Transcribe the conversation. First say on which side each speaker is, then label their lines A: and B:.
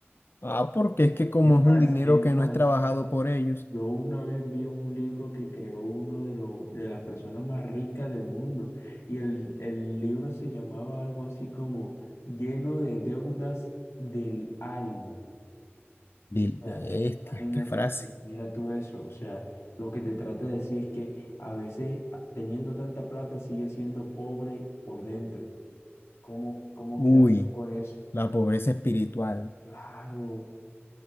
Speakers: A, on the left; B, on the left.
A: Ah, porque es que como
B: Es más,
A: es un dinero
B: es
A: que
B: más.
A: no es trabajado por ellos,
B: Yo una vez vi un libro que creó uno de, los de las personas más ricas del mundo y el, el libro se llamaba algo así como Lleno de deudas del alma.
A: Vil-
B: O
A: bestia,
B: sea, imagínate,
A: qué frase.
B: mira tú eso. O sea, lo que te trata de decir es que a veces a- teniendo tanta plata sigue siendo pobre por dentro. ¿Cómo, cómo
A: Uy,
B: quedas tú con eso?
A: la pobreza espiritual.
B: Claro.